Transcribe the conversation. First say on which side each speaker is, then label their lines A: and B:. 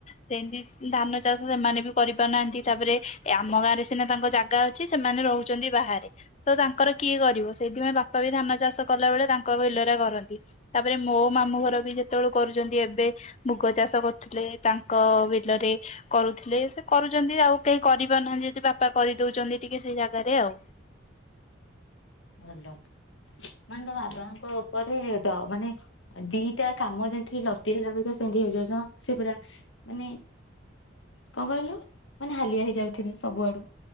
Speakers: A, on the left; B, on the left.
A: ସେମିତି ଧାନ ଚାଷ ସେମାନେ ବି କରିପାରୁନାହାନ୍ତି ତାପରେ ଆମ ଗାଁରେ ସିନା ତାଙ୍କ ଜାଗା ଅଛି ସେମାନେ ରହୁଚନ୍ତି ବାହାରେ। ତ ତାଙ୍କର କିଏ କରିବ? ସେଇଥିପାଇଁ ବାପା ବି ଧାନ ଚାଷ କଲା ବଳେ ତାଙ୍କ ବିଲରେ କରନ୍ତି ତାପରେ ମୋ ମାମୁଁ ଘର ବି ଯେତବେଳ କରୁଚନ୍ତି ଏବେ ମୁଗ ଚାଷ କରୁଥିଲେ ତାଙ୍କ ବିଲରେ କରୁଥିଲେ। କରୁଚନ୍ତି ଆଉ କେହି କରିପାରୁନାହାନ୍ତି ଯଦି ବାପା କରିଦଉଚନ୍ତି ଟିକେ ସେଇ ଜାଗାରେ ଆଉ।
B: ଭଲ ମାନେ ତୋ ବାବାଙ୍କ ଉପରେ ଡ ମାନେ ଦିଟା କାମ ଯେମତି ଲଦି ହେଲା ଭଳିକା ସେମତି ହେଇଯାଉଚି ସେ ପୁରା ମାନେ କଣ କଇଲୁ ମାନେ ହାଲିଆ ହେଇଯାଉଥିବେ ସବୁଆଡୁ